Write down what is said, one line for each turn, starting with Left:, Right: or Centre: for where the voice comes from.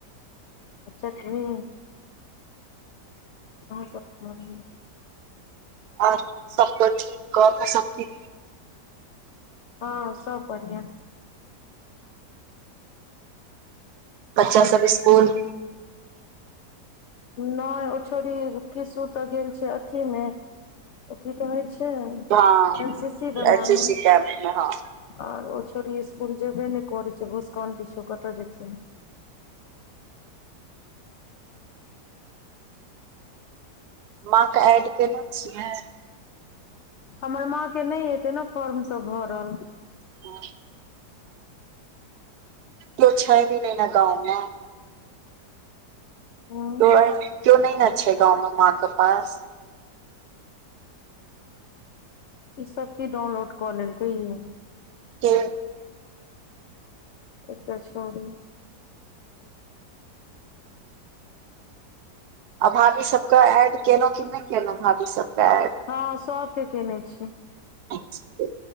Left: चटनी आहाँ सब खा र <unintelligible> रह छै
Right: और सब क ठीक कऽक सब ठि
Left: हँ सब बढ़िआँ
Right: बच्चा सभ स्कूल
Left: नै ओ छौड़ी किसू त गेल छै अथी मे ओ की कहै छै एन
Right: हँ
Left: सी सी बलामें
Right: एन सी कैम्प मे हँ
Left: आर ओ छौड़ी ई इसकुल जेबे नै करै छै भुस्कंट छै ओ कत जेतै
Right: मां क एड केने छियै
Left: हमर माँ के नहि हेतै ने फॉर्म सब भरल
Right: ह <unintelligible> कियो छै नैऽ ने न गाँव में
Left: हूं
Right: तो <unintelligible> क्यो नहि ने छै गाँंव में माँ के पास
Left: ई सब की डाउनलोड कऽ लेलकौ यौ
Right: क <unintelligible>
Left: एकटा छौड़ी
Right: आ भाभी सबके एड केलहु की नहि केलहु भाभी सबके एड
Left: हँ सबके केने छी
Right: अच्छा